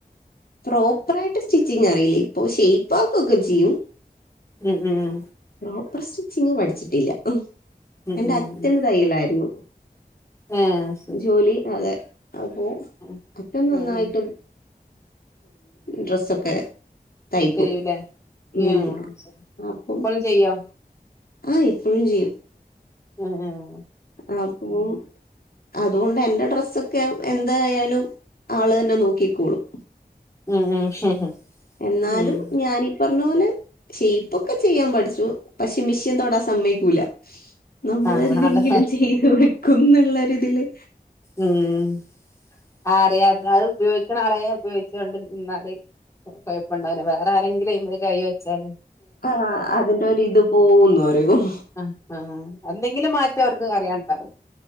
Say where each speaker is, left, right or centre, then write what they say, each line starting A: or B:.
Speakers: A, on the left; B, on the left.
A: പ്രോപ്പറായിട്ട് സ്റ്റിച്ചിങറിയില്ലയിപ്പൊ ഷെയ്പ്പാക്കൊക്കെ ചെയ്യും
B: ഉം ഹും
A: പ്രോപ്പർ സ്റ്റിച്ചിങ് പഠിച്ചിട്ടില്ല ഉം
B: ഉം
A: എന്റെ
B: ഉം
A: അച്ഛന് തയ്യലായിരുന്നു
B: ആഹ് ശരി
A: ജോലി അതെ. അപ്പോ
B: ഉം
A: അച്ചൻ നന്നായിട്ട്
B: ഉം ഉം
A: ഡ്രെസ്സൊക്കെ. തയ്ക്കും
B: ചെയ്യൂലേ
A: ഉം
B: ആഹ് ശരി
A: അപ്പം.
B: ഇപ്പളും ചെയ്യോ
A: ആഹ് ഇപ്പോഴും ചെയ്യും.
B: ആഹ് ആഹ്
A: ആഹ് അപ്പം അതുകൊണ്ട് എന്റെ ഡ്രെസ്സൊക്കെ എന്തായാലും ആള് തന്നെ നോക്കിക്കോളും.
B: ഉം ഉം <unintelligible>
A: എന്നാലും
B: ഉം
A: ഞാനീ പറഞ്ഞ പോലെ. ഷൈപ്പൊക്കെ ചെയ്യാൻ പഠിച്ചു പക്ഷെ മെഷീൻ തൊടാൻ സമ്മയിക്കൂല. നമ്മൾ
B: ആഹ്
A: എന്തെങ്കിലും
B: അതെ
A: ചെയ്ത് വെക്കും എന്നുള്ളരിതില്.
B: ഉം ആറിയ അത് ഉപയോഗി ക്കണാളയെ ഉപയോഗിച്ചോണ്ട് നിന്നാല് കുഴപ്പം ഉണ്ടാവില്ല വേറെ ആരെങ്കിലും ആയിമെ കൈവെച്ചാല്.
A: ആഹ് അതിന്റെരിത് പോവൂന്ന് പറയും.
B: ആഹ് ആഹ് എന്തെങ്കിലും മാറ്റം അവർക്ക് അറിയാനുണ്ടാവും.